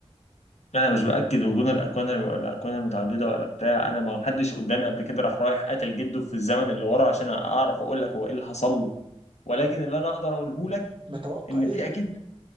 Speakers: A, on the left (about 85°); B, on the right (about 50°).
A: انا مش باكد وجود الاكوان الاكوان المتعدده ولا بتاع انا ما حدش قدامي قبل كده راح رايح قتل جده في الزمن اللي ورا عشان اعرف اقول لك هو ايه اللي حصل له ولكن اللي انا اقدر اقوله لك
B: ما توقع
A: ان
B: ايه
A: في اكيد